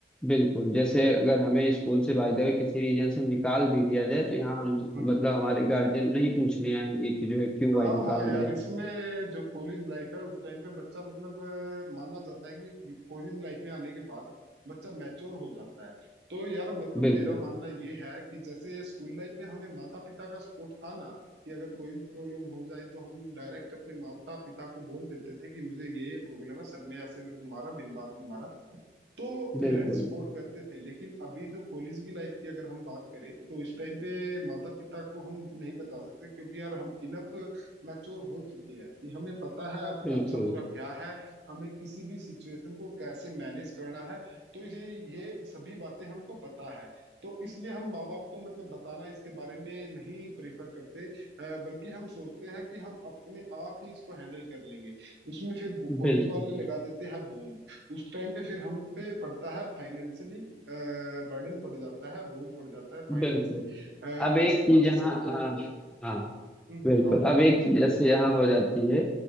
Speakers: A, in the centre; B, on the right.
A: बिल्कुल जैसे अगर हमें स्कूल से बाय द वे किसी रीजन से निकाल भी दिया जाए तो यहाँ हम
B: हम्म।
A: मतलब हमारे गार्जियन नहीं पूछने आएंगे कि जो है क्यों भाई
B: हाँ
A: निकाल
B: हाँ यार
A: दिया
B: इसमें जो कॉलेज लाइफ है उस टाइम पे बच्चा मतलब अ, माना जाता है कि कॉलेज लाइफ में आने के बाद बच्चा मैच्योर हो जाता है तो यार मतलब
A: बिल्कुल
B: मेरा मानना ये है कि जैसे स्कूल लाइफ में हमें माता पिता का सपोर्ट था ना कि अगर कोई भी प्रॉब्लम हो जाए तो हम डायरेक्ट अपने माता पिता को बोल देते थे कि मुझे ये प्रॉब्लम है सर ने ऐसे मेरे को मारा बिन बात में मारा तो पेरेंट्स
A: बिल्कुल
B: सपोर्ट करते थे लेकिन अभी जो कॉलेज की लाइफ की अगर हम बात करें तो इस टाइम पे माता पिता को हम नहीं बता सकते क्योंकि यार हम इनफ मैच्योर हो चुके हैं कि हमें पता है अपना
A: बिल्कुल
B: अच्छा बुरा क्या है हमें किसी भी सिचुएशन को कैसे मैनेज करना है तो ये ये सभी बातें हमको पता है तो इसलिए हम माँ बाप को मतलब बताना इसके बारे में नहीं प्रेफर करते अ, बल्कि हम सोचते हैं कि हम अपने आप ही इसको हैंडल कर लेंगे उसमें फिर कॉलेज
A: बिल्कुल
B: वाले लगा देते हैं बोम। उस टाइम पे फिर हम पे पड़ता है फाइनेंशियली बर्डन पड़ जाता है बोझ पड़ जाता है फाइनेंशियली
A: बिल्कुल अब एक
B: पैसे
A: चीज
B: को
A: यहाँ
B: जैसे वो
A: आ,
B: बॉन्ड
A: हाँ
B: हम्म हम्म,
A: बिल्कुल
B: आप बताओ
A: अब एक चीज जैसे यहाँ हो जाती है